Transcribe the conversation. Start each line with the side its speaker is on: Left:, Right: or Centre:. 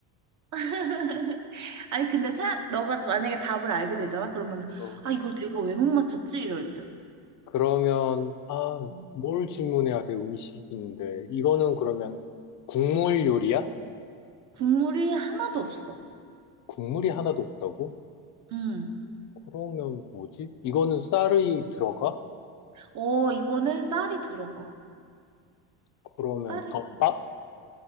Right: <laughs> 아니, 근데 사, 너가 만약에 답을 알게 되잖아? 그러면,
Left: 어.
Right: 아, 이걸 내가 왜 못 맞췄지? 이럴 듯.
Left: 그러면, 아,
Right: 음.
Left: 뭘 질문해야 돼, 음식인데. 이거는 그러면 국물 요리야?
Right: 국물이 하나도 없어.
Left: 국물이 하나도 없다고?
Right: 음.
Left: 그러면 뭐지? 이거는 쌀이 들어가?
Right: 어, 이거는 쌀이 들어가.
Left: 그러면
Right: 쌀이
Left: 덮밥?
Right: 들어가.